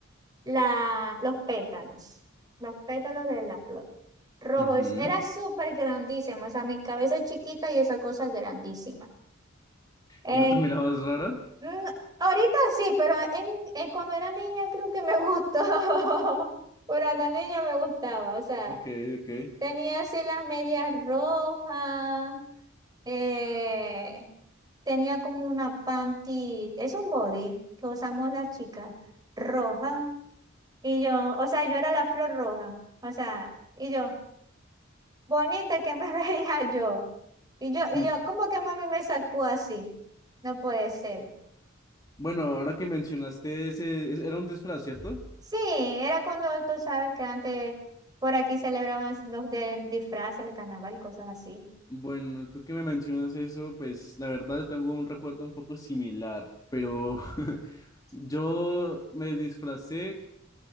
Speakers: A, on the right (about 20°); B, on the left (about 20°).
A: la, los pétalos, los pétalos de la flor. Rojo,
B: Ujú.
A: es- era súper grandísimo. O sea, mi cabeza es chiquita y esa cosa es grandísima. Eh,
B: ¿Y no te mirabas rara?
A: mm, ahorita sí, pero en, eh, cuando era niña creo que me gustó. <laughs> Cuando era niña me gustaba, o sea.
B: Ok, ok.
A: Tenía así las medias rojas, eh, tenía como una panty, es un body que usamos las chicas, roja. Y yo, o sea, yo era la flor roja, o sea, y yo, bonita que me <laughs> veía yo. Y yo, y
B: Mm.
A: yo, ¿cómo que mami me sacó así? No puede ser.
B: Bueno, ahora que mencionaste ese, ese- era un disfraz, ¿cierto?
A: Sí, era cuando tú sabes que antes por aquí celebraban los del disfraz, el carnaval y cosas así.
B: Bueno, tú que me mencionas eso, pues la verdad yo tengo un recuerdo un poco similar, pero <laughs> yo me disfracé